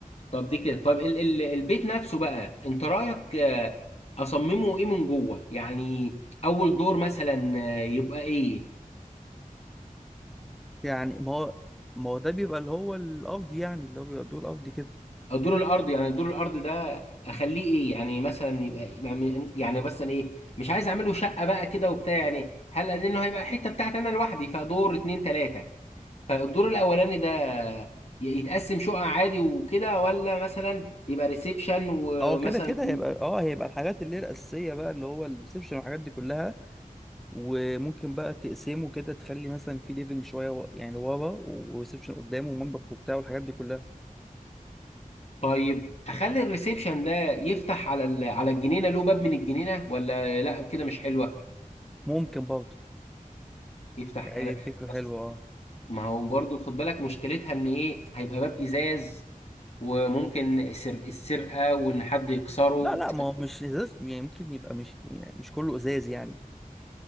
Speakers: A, on the left (about 50°); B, in the centre.
A: طب دي كده طب ال ال البيت نفسه بقى انت رأيك آه، اصممه ايه من جوه يعني اول دور مثلا آه، يبقى ايه
B: يعني ما هو ما هو ده بيبقى اللي هو القفض يعني اللي هو بيبقى الدور القفض كده
A: او دور الارض يعني دور الارض ده اخليه ايه يعني مثلا يبقى يعني يعني مثلا ايه مش عايز اعمله شقه بقى كده وبتاع يعني هل لانه هيبقى حته بتاعتي انا لوحدي فدور اتنين تلاته فالدور الاولاني ده ي- يتقسم شقق عادي وكده ولا مثلا يبقى ريسبشن ومثلا
B: ما هو كده كده هيبقى اه هيبقى الحاجات اللي هي الاساسيه بقى اللي هو الريسبشن والحاجات دي كلها وممكن بقى تقسمه كده تخلي مثلا في ليفنج شويه و- يعني ورا وريسبشن قدامه ومطبخ وبتاع والحاجات دي كلها
A: طيب اخلي الريسبشن ده يفتح على ال- على الجنينه له باب من الجنينه ولا لا كده مش حلوه
B: ممكن برضه
A: يفتح
B: يعني
A: على
B: دي فكره
A: بس
B: حلوه اه
A: ما هو برضو خد بالك مشكلتها ان ايه هيبقى باب ازاز وممكن سر... السرقه وان حد يكسره
B: لا لا ما هو مش ازاز يعني ممكن يبقى مش يعني مش كله ازاز يعني